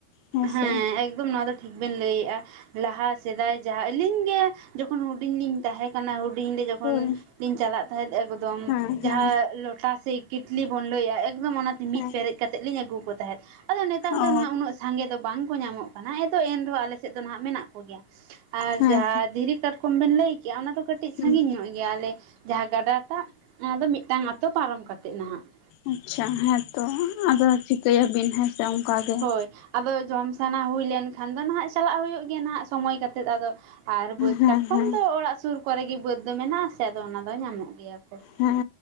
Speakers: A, on the left; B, on the right.
A: ᱦᱮᱸᱥᱮ
B: ᱦᱮᱸ ᱮᱠᱫᱚᱢ ᱱᱚᱣᱟ ᱫᱚ ᱴᱷᱤᱠ ᱵᱮᱱ ᱞᱟᱹᱭᱮᱫᱼᱟ ᱾ ᱞᱟᱦᱟ ᱥᱮᱫᱟᱭ ᱡᱟᱦᱟᱸ ᱟᱹᱞᱤᱧ ᱜᱮ ᱡᱚᱠᱷᱚᱱ ᱦᱩᱰᱤᱧ ᱞᱤᱧ ᱛᱟᱦᱮᱸ ᱠᱟᱱᱟ ᱠᱟᱱᱟ ᱦᱩᱰᱤᱧ ᱨᱮ ᱡᱚᱠᱷᱚᱱᱤᱧ
A: ᱦᱳᱭ
B: ᱪᱟᱞᱟᱜ ᱛᱟᱦᱮᱸᱫ ᱮᱠᱫᱚᱢ
A: ᱦᱮᱸ ᱦᱮᱸ
B: ᱡᱟᱦᱟᱸ ᱞᱚᱴᱟ ᱥᱮ ᱠᱤᱴᱞᱤ ᱵᱚᱱ ᱞᱟᱹᱭᱟ ᱮᱠᱫᱚᱢ ᱚᱱᱟᱛᱮ
A: ᱦᱮᱸ
B: ᱢᱤᱫ ᱯᱮᱨᱮᱡ ᱠᱟᱛᱮᱫ ᱞᱤᱧ ᱟᱹᱜᱩ ᱠᱚ ᱛᱟᱦᱮᱸᱫ ᱾ ᱟᱫᱚ ᱱᱮᱛᱟᱨ
A: ᱚ
B: ᱫᱚ ᱦᱟᱸᱜ ᱩᱱᱟᱹᱜ ᱥᱟᱸᱜᱮ ᱫᱚ ᱵᱟᱝ ᱠᱚ ᱧᱟᱢᱚᱜ ᱠᱟᱱᱟ ᱮᱫᱚ ᱮᱱᱦᱚᱸ ᱟᱞᱮ ᱥᱮᱫ ᱫᱚ ᱱᱟᱦᱟᱜ ᱢᱮᱱᱟᱜ ᱠᱚᱜᱮᱭᱟ ᱾ ᱟᱨ
A: ᱦᱮᱸ
B: ᱡᱟᱦᱟᱸ ᱫᱷᱤᱨᱤ ᱠᱟᱴᱠᱚᱢ ᱵᱮᱱ ᱞᱟᱹᱭ ᱠᱮᱜᱼᱟ ᱚᱱᱟ ᱫᱚ ᱠᱟᱹᱴᱤᱡ
A: ᱦᱮᱸ
B: ᱥᱟᱺᱜᱤᱧ ᱧᱚᱜ ᱜᱮᱭᱟ ᱟᱞᱮ ᱡᱟᱦᱟᱸ ᱜᱟᱰᱟ ᱴᱟᱜ, ᱚᱱᱟ ᱫᱚ ᱢᱤᱫᱴᱟᱝ ᱟᱛᱳ ᱯᱟᱨᱚᱢ ᱠᱟᱛᱮᱜ ᱱᱟᱦᱟᱜ ᱾
A: ᱟᱪᱪᱷᱟ ᱦᱮᱸ ᱛᱚ ᱟᱫᱚ ᱪᱤᱠᱟᱹᱭᱟᱵᱤᱱ ᱦᱮᱸ ᱥᱮ ᱚᱱᱠᱟ ᱜᱮ
B: ᱦᱳᱭ
A: ᱾
B: ᱟᱫᱚ ᱡᱚᱢ ᱥᱟᱱᱟ ᱦᱩᱭ ᱞᱮᱱᱠᱷᱟᱱ ᱫᱚ ᱱᱟᱦᱟᱜ ᱪᱟᱞᱟᱜ ᱦᱩᱭᱩᱜ ᱜᱮᱭᱟ ᱱᱟᱦᱟᱜ ᱥᱚᱢᱚᱭ ᱠᱟᱛᱮᱜ ᱾ ᱟᱫᱚ ᱟᱨ ᱵᱟᱹᱫᱽ
A: ᱦᱮᱸ
B: ᱠᱟᱴᱠᱚᱢ
A: ᱦᱮᱸ
B: ᱫᱚ ᱚᱲᱟᱜ ᱥᱩᱨ ᱠᱚᱨᱮ ᱜᱮ ᱵᱟᱹᱫᱽ ᱫᱚ ᱢᱮᱱᱟᱜ ᱥᱮ ᱟᱫᱚ ᱚᱱᱟ ᱫᱚ ᱧᱟᱢᱚᱜ ᱜᱮᱭᱟ ᱠᱚ ᱾
A: ᱦᱮᱸ